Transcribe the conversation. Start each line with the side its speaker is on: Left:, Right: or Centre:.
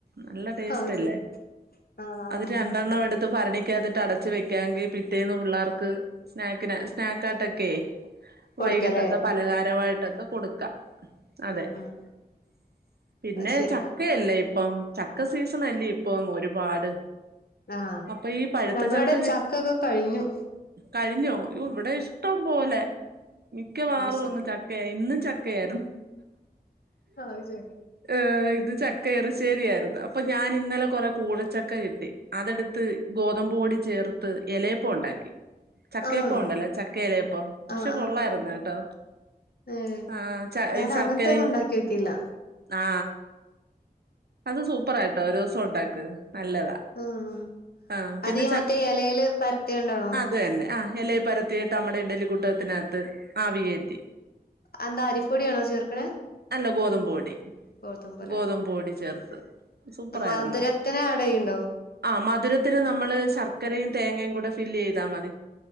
Right: നല്ല ടേസ്റ്റല്ലേ
Left: അത് ശരി ആഹ്
Right: അത് രണ്ടെണ്ണം എട്ത്ത് ഭരണി ഭരണിക്കകത്ത്ട്ട് അടച്ച് വെക്കാെങ്കി പിറ്റേന്ന് പുള്ളാർക്ക് സ്നാക്ക്ന് സ്നക്കായ്ട്ടൊക്കെ വൈകിട്ടത്തെ
Left: കൊടുക്കലേ
Right: പലഹാരവായിട്ടൊക്കെ കൊടുക്ക അതെ
Left: ആഹ്
Right: <inaudible>
Left: ആഹ്
Right: പിന്നെ
Left: അത് ശരിയാ
Right: ചക്കയല്ലേ ഇപ്പം ചക്ക സീസണല്ലേ ഇപ്പൊ അങ്ങ് ഒരുപാട്
Left: ആഹ
Right: അപ്പൊ ഈ പഴുത്ത
Left: ഞങ്ങള്ടെ
Right: ചക്ക കി
Left: ചക്കൊക്കെ കഴിഞ്ഞു
Right: കഴിഞ്ഞോ? യ്യോവിടെ ഇഷ്ടം പോലെ മിക്കവാറും
Left: അത് ശരി
Right: അങ്ങ് ചക്കയാ ഇന്നും ചക്കയായിരുന്നു
Left: അത് ശരി
Right: ഏഹ് ഇന്ന് ചക്ക ഇറ്ശ്ശേരിയായിര്ന്ന് അപ്പൊ ഞാനിന്നലെ കൊറേ കൂഴച്ചക്ക കിട്ടി അതെട്ത്ത് മ്പോടി ചേർത്ത് എലയപ്പൊണ്ടാക്കി ചക്കയപ്പൊണ്ടല്ലേ
Left: ആഹ്
Right: ചക്കയലയപ്പം പക്ഷെ
Left: ആഹ് ആഹ്
Right: കൊള്ളായിര്ന്ന് കേട്ടോ
Left: ഏഹ്
Right: ആഹ ച
Left: ഞാൻ
Right: ഈ ശർക്കരിം
Left: അങ്ങനത്തൊന്നും ഉണ്ടാക്കി വെക്കില്ല
Right: ആ അത് സൂപ്പറാട്ടോ ഒരൂസം ഉണ്ടാക്ക് നല്ലതാ
Left: ആഹ്
Right: ആ പിന്നെ
Left: അത് ഈ
Right: ച
Left: മറ്റേ
Right: <inaudible>
Left: ഇലയില് പരത്തിയണ്ടാണോ
Right: അതന്നെ അ എലേ പരത്തിയിട്ട് അമ്മടെ ഇഡലിക്കൂട്ടത്തിനകത്ത് ആവി കേറ്റി
Left: എന്താ അരിപ്പൊടിയാണോ ചേർക്കണേ
Right: അല്ല ഗോതമ്പ്പൊടി
Left: ഗോതമ്പല്ലേ
Right: ഗോതമ്പ് പൊടി ചേർത്ത് സൂപ്പറായിര്ന്ന്
Left: മധുരത്തിന് ആഡ് ചെയ്യണ്ടോ
Right: ആ മധുരത്തിന് നമ്മള് ശർക്കരയും തേങ്ങയും കൂടെ ഫില്ലെയ്താ മതി